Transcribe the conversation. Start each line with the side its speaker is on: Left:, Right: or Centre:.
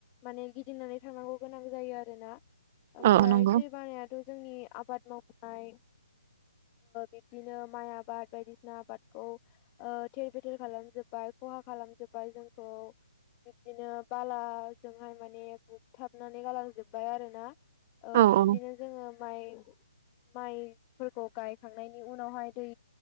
Left: माने गिदिंनानै थांनांगौ गोनां जायो आरोना ओमफ्राय
Right: औ नंगौ
Left: दै बानायाथ' जोंनि आबाद मावनाय बिदिनो माइ आबाद बायदिसिना आबादखौ थेर बेथेर खालामजोब्बाय खहा खालामजोबबाय जोंखौ बिब्दिनो बालाजोंहाय माने बुगथाबनानै गालांजोबबाय आरो ना
Right: औ
Left: बिब्दिनो
Right: औ
Left: जोङो माइ माइफोरखौ गायखांनायनि नि उनावहाय दै